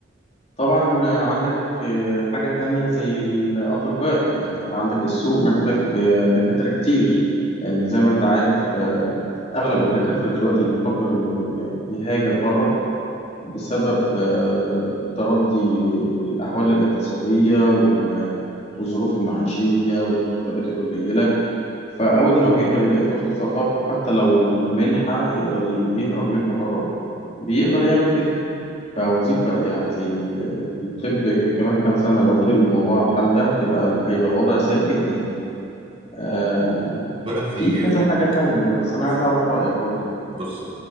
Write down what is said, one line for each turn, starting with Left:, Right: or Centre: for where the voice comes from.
Left: طبعا آه، عندك آه، حاجة تانية زي الأطباء يعني أنت عندك السوق محتاج آه، دكاترة كتير لأن زي ما أنت عارف آه، أغلب الدكاترة دلوقتي بيفكر إنه ي- يهاجر بره بسبب آه، تردي الأحوال الاقتصادية وال- والظروف المعيشية والمرتبات القليلة فأول ما بيقدر يلاقي فرصة سفر حتى لو منحة يقدر ي- يهرب منها بره بيقدر يعمل كده فوظيفة يعني زي ال- الطب كمان كام سنة لو فضل الموضوع على الحال ده هتبقى هيبقى الوضع سيء جدا آم،
Right: خد بالك في
Left: في كذا حاجة تانية بس أنا
Right: في-
Left: عايز أعرف رأيك برضو
Right: بص